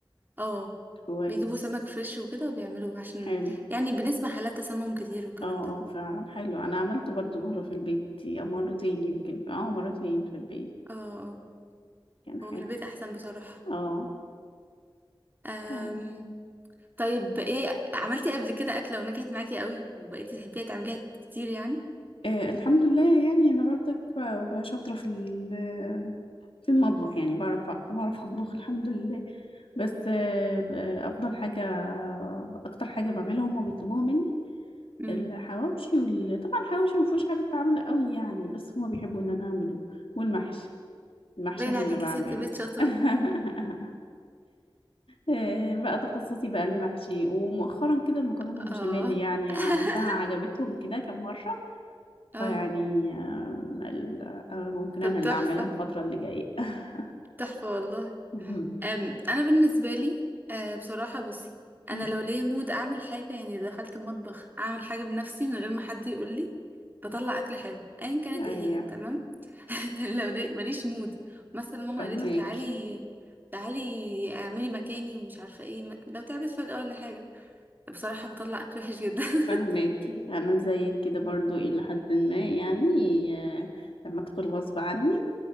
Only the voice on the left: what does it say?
كويس
حلو
اه
اه فعلا حلو انا عملته برضو مرة في البيت او مرتين يمكن اه مرتين في البيت
كان حلو
اه
أيوة.
آه الحمد لله يعني انا برضك ب- ب- شاطرة في ال- في المطبخ يعني بعرف بعرف اطبخ الحمد لله بس آه ب- افضل حاجة اكتر حاجة بعملها هما بيطلبوها مني
الحواوشي وال... طبعا الحواوشي ما فيهوش حاجة بتعمل قوي يعني بس هما بيحبوا ان انا اعمله والمحشي المحشي
انا
اللي بعمله
<laughs> آه، بقى تخصصي بقى المحشي ومؤخرا كده المكرونة
البشاميل يعني, يعني
عملتها عجبتهم كده كم مرة
فيعني آه، ال- آه، ممكن
أنا اللي
أعملها الفترة اللي جاية <laughs>
مهم.
مم.
أيوه
فهماكي
فهماكي أنا زيك كده برضو إلى حد ما يعني آه، لما أدخل غصب عني